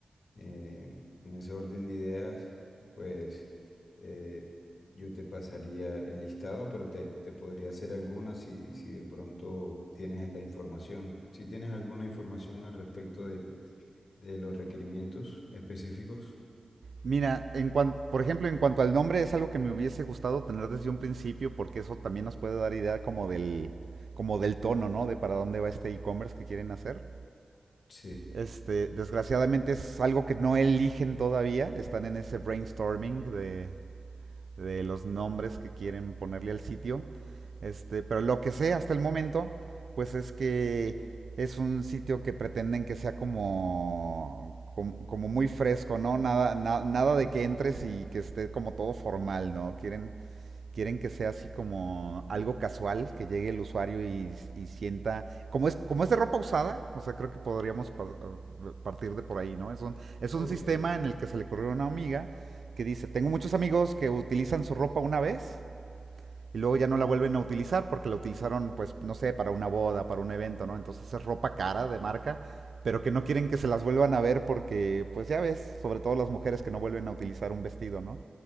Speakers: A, on the left; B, on the right.
A: Eh, en ese orden de ideas, pues eh, yo te pasaría el listado, pero te, te podría hacer alguna si, si de pronto tienes la información. Si tienes alguna información al respecto del- de los requerimientos específicos,
B: Mira, en cuan- por ejemplo, en cuanto al nombre, es algo que me hubiese gustado tener desde un principio, porque eso también nos puede dar idea como del, como del tono, ¿no? De para dónde va este e-commerce que quieren hacer.
A: sí.
B: Este, desgraciadamente es algo que no eligen todavía, están en ese brainstorming de, de los nombres que quieren ponerle al sitio. Este, pero lo que sé hasta el momento, pues es que es un sitio que pretenden que sea como, como, como muy fresco, ¿no? Nada, na- nada de que entres y que esté como todo formal, ¿no? Quieren, quieren que sea así como algo casual, que llegue el usuario y, y sienta, como es, como es de ropa usada, o sea, creo que podríamos pa- eh, partir de por ahí, ¿no? Es un, es
A: Ok.
B: un sistema en el que se le ocurrió a una amiga que dice, tengo muchos amigos que utilizan su ropa una vez y luego ya no la vuelven a utilizar porque la utilizaron, pues, no sé, para una boda, para un evento, ¿no? Entonces es ropa cara de marca, pero que no quieren que se las vuelvan a ver porque, pues ya ves, sobre todo las mujeres que no vuelven a utilizar un vestido, ¿no?